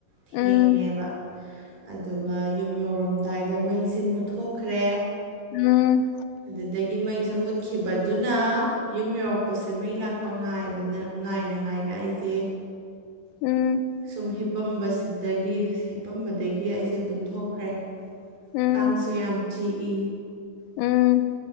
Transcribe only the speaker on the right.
ꯊꯦꯡꯉꯦꯕ
ꯑꯗꯨꯒ ꯌꯨꯝ ꯌꯧꯔꯝꯗꯥꯏꯗ ꯃꯩꯁꯦ ꯃꯨꯠꯊꯣꯛꯈ꯭ꯔꯦ
ꯑꯗꯨꯗꯒꯤ ꯃꯩꯁꯦ ꯃꯨꯠꯈꯤꯕꯗꯨꯅ ꯌꯨꯝ ꯌꯧꯔꯛꯄꯁꯦ ꯃꯩ ꯂꯥꯛꯄ ꯉꯥꯏꯕꯅ ꯉꯥꯏꯅ ꯉꯥꯏꯅ ꯑꯩꯁꯦ
ꯁꯨꯝ ꯍꯤꯞꯄꯝꯕꯁꯤꯗꯒꯤ ꯍꯤꯞꯄꯝꯕꯗꯒꯤ ꯑꯩꯁꯦ ꯇꯨꯝꯊꯣꯛꯈ꯭ꯔꯦ
ꯀꯥꯡꯁꯨ ꯌꯥꯝ ꯆꯤꯛꯏ